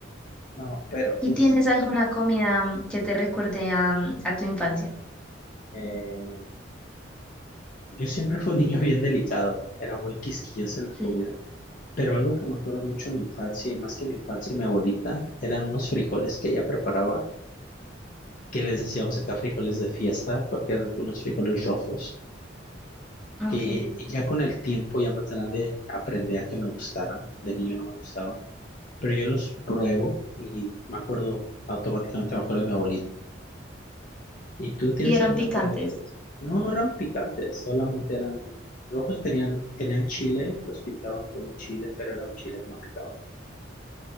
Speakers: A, on the left; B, in the centre.
A: No, pero
B: ¿Y
A: pues
B: tienes alguna comida mm, que te recuerde a, mm, a tu infancia?
A: Eh, yo siempre fui un niño bien delicado, era muy quisquilloso en la
B: sí,
A: comida, pero algo que me acuerdo mucho de mi infancia, y más que mi infancia mi abuelita, eran unos frijoles que ella preparaba, que les decíamos acá frijoles de fiesta, porque eran unos frijoles rojos, que
B: ok.
A: ya con el tiempo, ya más grande, aprendí a que me gustaran, de niño no me gustaban, pero yo los pruebo y me acuerdo, automáticamente me acuerdo de mi abuelita ¿Y tú tienes
B: Y eran
A: alguna
B: picantes.
A: comida? No, no eran picantes, solamente eran rojos, tenían, tenían chile, los pintaban con chile, pero era un chile que no picaba.